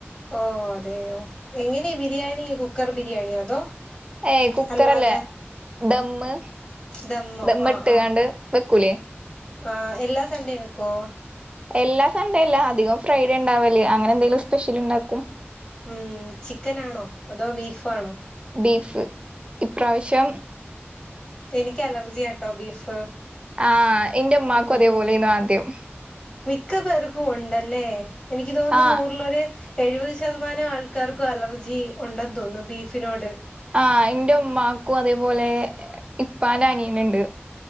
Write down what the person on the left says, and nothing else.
ഓ അതെയോ എങ്ങനെ ബിരിയാണി കുക്കർ ബിരിയാണി അതോ
അല്ലാതെ
ദമ്മോ
ആഹ്
ആഹ്
ആഹ് എല്ലാ സൺണ്ടേം വെക്കുവോ
ഉം ചിക്കൻ ആണോ അതോ ബീഫ് ആണോ
എനിക്ക് അലർജിയാട്ടോ ബീഫ്
ഉം
മിക്ക പേർക്കും ഉണ്ടല്ലേ എനിക്ക് തോന്നുന്നു
നൂറിലൊരു എഴുപത് ശതമാനം ആൾക്കാർക്കും അലർജി ഉണ്ടെന്ന് തോന്നുന്നു ബീഫിനോട്